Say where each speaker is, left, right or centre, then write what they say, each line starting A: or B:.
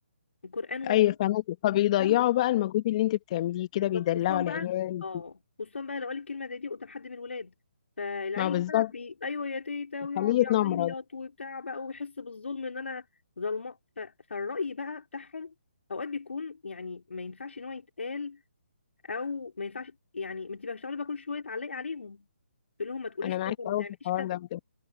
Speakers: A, on the left; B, on the left.
A: وقران ومش
B: ايوه فاهمك فبيضيعوا
A: عارفة
B: بقى المجهود اللي انت بتعمليه
A: بالظبط
B: كده بيدلعوا
A: خصوصا بقى
B: العيال
A: اه خصوصا بقى لو قال الكلمه زي دي قدام حد من الولاد فالعيل
B: ما هو بالظبط
A: بقى بي... ايوه يا تيتا
B: بيخليه
A: ويقعد يعيط
B: يتنمرض
A: وبتاع بقى ويحس بالظلم ان انا ظلمه ف... فالراي بقى بتاعهم اوقات بيكون يعني ما ينفعش ان هو يتقال او ما ينفعش يعني ما انت بقى بتقعدي بقى كل شويه تعلقي عليهم تقول لهم ما تقوليش
B: انا معاكي
A: كذا
B: قوي
A: ما تعمليش
B: في الحوار
A: كذا
B: ده بجد